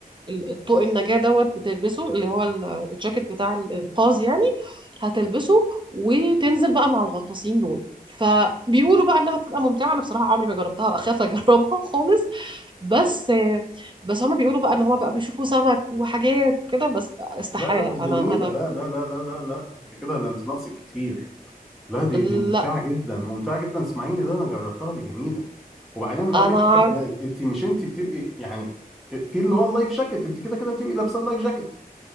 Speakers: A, on the right; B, in the centre.
A: ال- الطوق النجاة دوت بتلبسه اللي هو ال- الجاكيت بتاع الإنقاذ يعني هتلبسه وتنزل بقى مع الغطاسين دول فبيقولوا بقى انها بتبقى ممتعه انا بصراحه عمري ما جربتها بخاف اجربها <laughs> خالص بس بس هما بيقولوا بقى ان هما بقى بيشوفوا سمك وحاجات كده بس استحاله
B: لا لا دي جميلة
A: انا انا
B: لا لا لا لا لا لا انت كده ده انت ناقصك كتير لا دي
A: لا
B: دي ممتعة جدا ممتعة جدا اسمعيني ده انا جربتها دي جميلة وبعدين هقول
A: انا
B: لك حاجة
A: عارف
B: كمان انت مش انت بتبقي يعني في اللي هو اللايف جاكيت انت كده كده بتبقي لابسة اللايف جاكيت